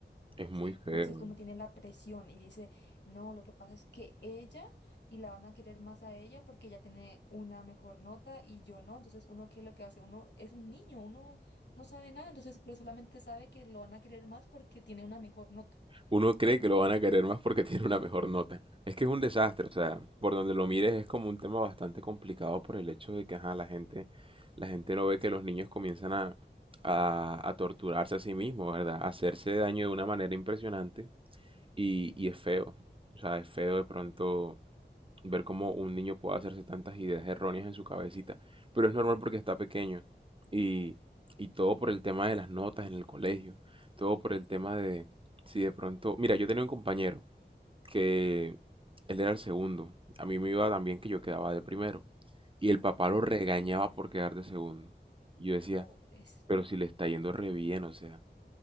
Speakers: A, on the right; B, on the left.
A: Es muy
B: ¿sí?
A: feo.
B: Entonces uno tiene la presión y dice, no, lo que pasa es que ella y la van a querer más a ella porque ella tiene una mejor nota y yo no. Entonces uno, ¿qué es lo que hace? Uno es un niño, uno no sabe nada, entonces pero solamente sabe que lo van a querer más porque tiene una mejor nota.
A: Uno cree que lo van a querer más porque <laughs> tiene una mejor nota. Es que es un desastre, o sea, por donde lo mires es como un tema bastante complicado por el hecho de que ajá, la gente, la gente no ve que los niños comienzan a, a, a torturarse a sí mismos, ¿verdad? A hacerse daño de una manera impresionante Y, y es feo, o sea, es feo de pronto
B: y
A: ver cómo un niño puede hacerse tantas ideas erróneas en su cabecita, pero es normal porque está pequeño y, y todo por el tema de las notas en el colegio, todo por el tema de si de pronto, mira, yo tenía un compañero que él era el segundo, a mí me iba también que yo quedaba de primero y el papá lo
B: Ok,
A: regañaba por quedar de segundo. Y yo decía,
B: Pobres.
A: pero si le está yendo re bien, o sea,